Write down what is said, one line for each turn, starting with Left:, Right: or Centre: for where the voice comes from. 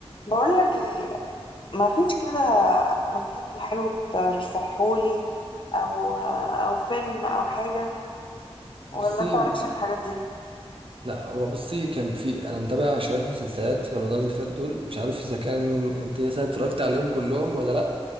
Left: بقول لك ايه ما فيش كده مسلسل حلو ترشحهولي او او فيلم او حاجه
Right: بصي
Left: ولا انت مالكش في الحاجات دي
Right: لا هو بصي كان في انا متابع شويه مسلسلات في رمضان اللي فات دول مش عارف اذا كان انت مثلا اتفرجت عليهم كلهم ولا لا